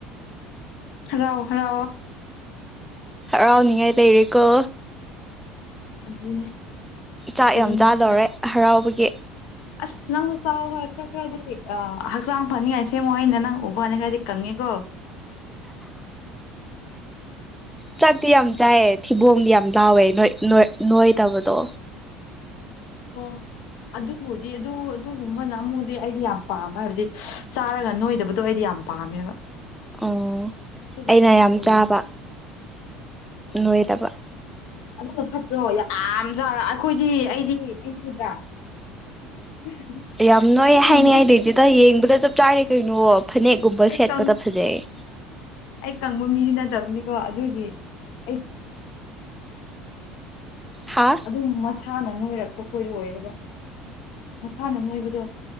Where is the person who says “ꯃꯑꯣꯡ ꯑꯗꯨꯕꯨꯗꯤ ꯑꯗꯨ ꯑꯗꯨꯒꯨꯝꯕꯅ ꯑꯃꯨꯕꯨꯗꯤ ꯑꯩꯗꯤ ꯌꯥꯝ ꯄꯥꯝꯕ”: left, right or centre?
Left